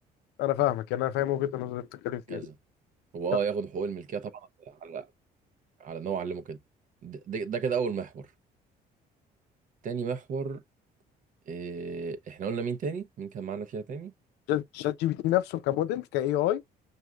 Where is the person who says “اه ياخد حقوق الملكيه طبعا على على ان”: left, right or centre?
Right